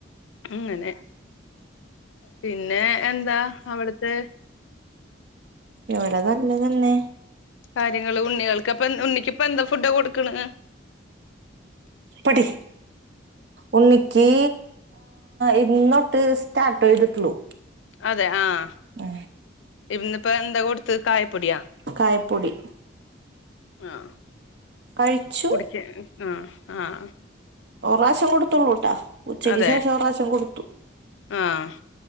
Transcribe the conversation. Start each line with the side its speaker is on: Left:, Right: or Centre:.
Left: ഇങ്ങനെ പിന്നെ എന്താ അവിടുത്തെ
Right: എവിടെ നല്ല തെന്നെ.
Left: കാര്യങ്ങളൾ ഉണ്ണികൾക്ക്പ്പ ഉണ്ണിക്കിപ്പ എന്താ ഫുഡ് കൊടുക്കണ്.
Right: പടി ഉണ്ണിക്ക് ഇന്നോട്ട്. സ്റ്റാർട്ട് ചെയ്തിട്ടുള്ളൂ.
Left: അതെ ആഹ
Right: ആ
Left: ഇന്ന് ഇപ്പോ എന്താ കൊടുത്ത് കായപ്പൊടിയാ.
Right: കായപ്പൊടി
Left: ആഹ
Right: കഴിച്ചു
Left: കുടിക്ക് ആഹ ആഹ
Right: ഒരു പ്രാവശ്യം കൊടുത്തുള്ളൂ ട്ടാ ഉച്ചയ്ക്ക്
Left: അതെ
Right: ശേഷംഒരു പ്രാവശ്യം കൊടുത്തു.
Left: ആഹ്